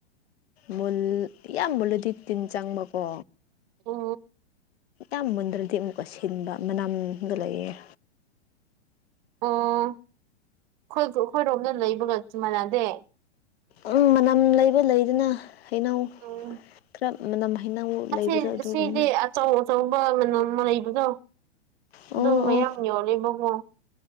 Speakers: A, on the left; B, on the right.
A: ꯃꯨꯜ ꯏꯌꯥꯝ ꯃꯨꯜꯂꯨꯗꯤ ꯇꯤꯟ ꯆꯪꯕꯀꯣ
B: ꯑꯣ
A: ꯏ ꯃꯨꯟꯗ꯭ꯔꯗꯤ ꯑꯃꯨꯛꯀ ꯑꯁꯤꯟꯕ ꯃꯅꯝꯗ ꯂꯩꯌꯦꯦ
B: ꯑꯣ ꯑꯩꯈꯣꯏ ꯑꯩꯈꯣꯏꯔꯣꯝꯗ ꯂꯩꯕꯒ ꯆꯨꯝ ꯃꯥꯟꯅꯗꯦ
A: ꯎꯝ ꯃꯅꯝ ꯂꯩꯕ ꯂꯩꯗꯅ ꯍꯩꯅꯎ
B: ꯎꯝ
A: ꯈꯔ ꯃꯅꯝ ꯍꯩꯩꯅꯎ
B: ꯑꯁꯤ
A: ꯂꯩꯕꯗ ꯑꯗꯨꯒꯨꯝꯅ
B: ꯁꯤꯗꯤ ꯑꯆꯧ ꯑꯆꯧꯕ ꯃ ꯃ ꯑꯗꯣ
A: ꯑꯣ
B: ꯑꯗꯨ
A: ꯑꯣ
B: ꯃꯌꯥꯝ ꯌꯣꯜꯂꯤꯕꯀꯣ